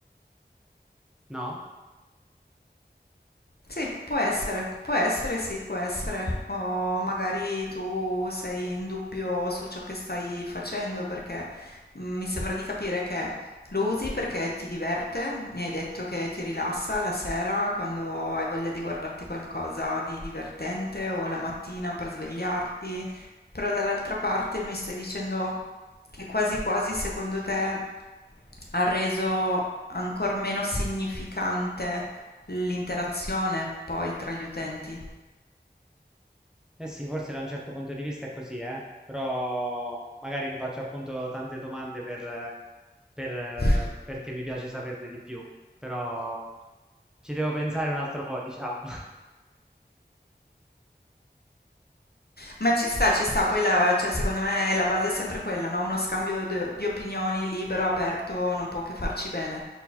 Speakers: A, in the centre; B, on the left (about 60°).
A: no?
B: Sì, può essere, può essere, sì, può essere. O magari tu sei in dubbio su ciò che stai facendo perché mm, mi sembra di capire che lo usi perché ti diverte, mi hai detto che ti rilassa la sera quando hai voglia di guardarti qualcosa di divertente o la mattina per svegliarti, però dall'altra parte mi stai dicendo che quasi quasi secondo te ha reso ancora meno significante l'interazione poi tra gli utenti.
A: Eh sì, forse da un certo punto di vista è così, eh? Però magari mi faccio appunto tante domande per, eh, per, eh,
B: <laughs>
A: perché mi piace saperne di più, però ci devo pensare un altro po', diciamo. <laughs>
B: Ma ci sta, ci sta, poi la- cioè, secondo me la base è sempre quella, no? Uno scambio de- di opinioni libero, aperto, non può che farci bene.